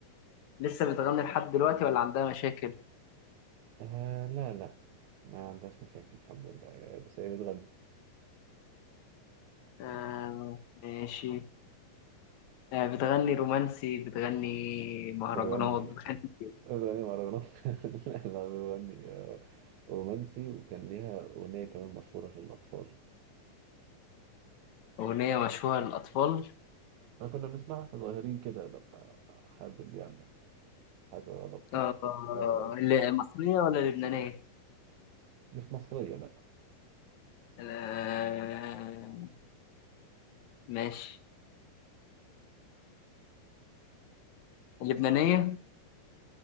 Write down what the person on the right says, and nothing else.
آه، لا لا ما عندهاش مشاكل الحمد لله آه، بس هي بتغني
بتغني
بتغني مهرجانات <laughs> لا لا بتغني آه، رومانسي وكان ليها أغنية كمان مشهورة للأطفال
أنا كنا بنسمعها واحنا صغيرين كده لما حد بيعمل حاجة غلط كده
وهو صغير
مش مصرية لا